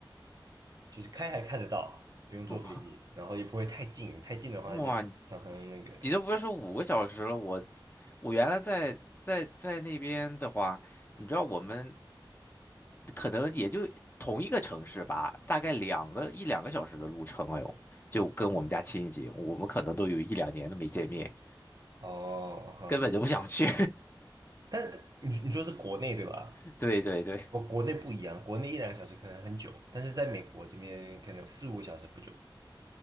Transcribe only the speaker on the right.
就是开还看得到，不用坐飞机，
然后也不会太近，太近的话就常常那个
哦哈。
但你你说是国内对吧？
我国内不一样，国内一两个小时可能很久，但是在美国这边可能有四五个小时不久。